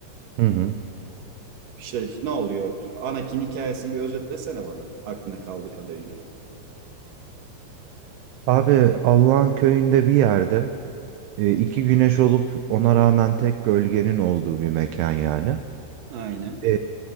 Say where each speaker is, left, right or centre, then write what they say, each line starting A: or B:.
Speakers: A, on the right; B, on the right.
A: Hı hı.
B: İşte ne oluyor? Anakin hikayesini bir özetlesene bana. Aklında kaldığı kadarıyla.
A: Abi Allah'ın köyünde bir yerde E, iki güneş olup ona rağmen tek gölgenin olduğu bir mekan yani.
B: Aynen.
A: E,